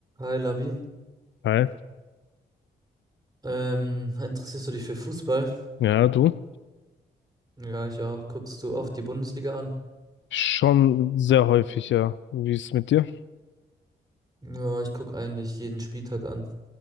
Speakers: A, on the right; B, on the left.
A: Hi Labi,
B: Hi.
A: ähm, interessierst du dich für Fußball?
B: Ja, du?
A: Ja, ich auch. Guckst du oft die Bundesliga an?
B: Schon sehr häufig, ja. Wie ist es mit dir?
A: Ja, ich guck eigentlich jeden Spieltag an.